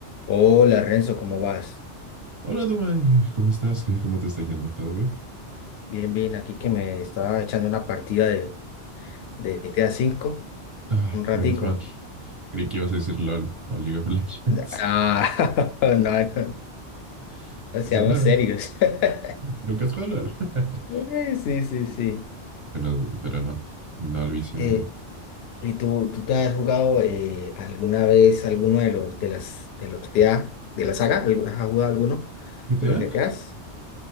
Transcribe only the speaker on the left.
Hola Renzo, ¿cómo vas?
Bien, bien, aquí que me estaba echando una partida de, de GTA V,
un ratico.
Ah, <laughs> no, no,
no
seamos
serios. <laughs>
Eh, Sí, sí, sí.
Eh,
¿y tú, tú te has jugado eh, alguna vez alguno de los de las de los GTA de la saga? ¿Algu- ¿Has jugado alguno
de los GTAs?